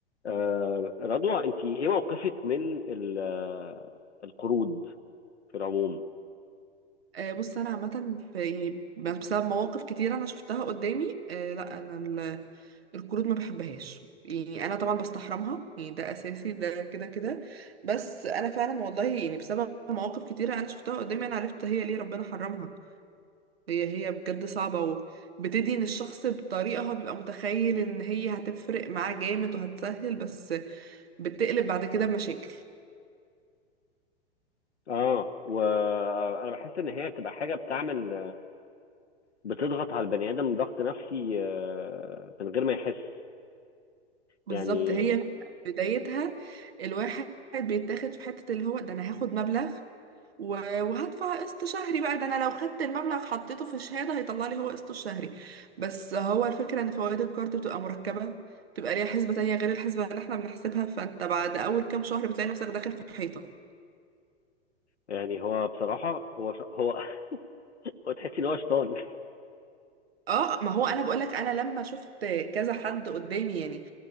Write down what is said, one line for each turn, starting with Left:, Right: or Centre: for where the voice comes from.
Left: آه، رضوى انت ايه موقفك من ال- آه، القروض في العموم
Right: آه، بص انا عامه في يعني بس- بسبب مواقف كتير انا شفتها قدامي آه، لا انا ال- القروض ما بحبهاش يعني انا طبعا بستحرمها يعني ده اساسي ده كده كده بس انا فعلا والله يعني بسبب مواقف كتيره انا شفتها قدامي انا عرفت هي ليه ربنا حرمها هي هي بجد صعبه وبتدين الشخص بطريقه هو بيبقى متخيل ان هي هتفرق معاه جامد وهتسهل بس بتقلب بعد كده بمشاكل
Left: اه وانا بحس ان هي بتبقى حاجه بتعمل بتضغط على البني ادم ضغط نفسي آه، من غير ما يحس
Right: بالظبط
Left: يعني
Right: هي بدايتها الواحد بيتاخد في حتة اللي هو ده انا هاخد مبلغ و- وهدفع قسط شهري بقى ده انا لو خدت المبلغ حطيته في شهادة هيطلع لي هو قسطه الشهري بس هو الفكرة ان فوائد الكارت بتبقى مركبة بتبقى ليها حسبة تانية غير الحسبة اللي احنا بنحسبها فانت بعد اول كام شهر بتلاقي نفسك داخل في حيطة
Left: يعني هو بصراحه هو ش- هو <laughs> هو تحس ان هو شيطان
Right: اه ما هو انا بقولك انا لما شفت كذا حد قدامي يعني